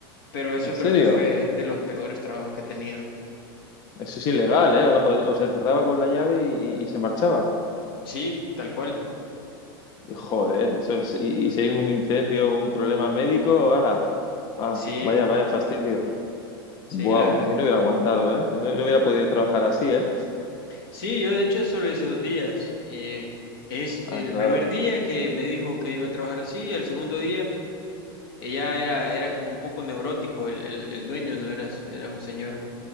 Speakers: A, on the left (about 80°); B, on the left (about 35°).
A: Pero eso
B: en serio.
A: creo que fue de los peores trabajos que he tenido.
B: Eso es ilegal, ¿eh? O- o- Os encerraba con la llave y, y- y se marchaba.
A: Sí, tal cual.
B: Y, joder, eso es, y, y si hay un incendio, un problema médico, ala, Ah,
A: Sí.
B: vaya, vaya fastidio.
A: Sí,
B: Wow,
A: la verdad.
B: yo no hubiera aguantado, ¿eh? No, no hubiera podido trabajar así, ¿eh?
A: Sí, yo de hecho solo hice dos días. Eh, es
B: Ah,
A: el
B: claro.
A: primer día que me dijo que iba a trabajar así, el segundo día ella era, era como un poco neurótico, el, el, el dueño no era, era un señor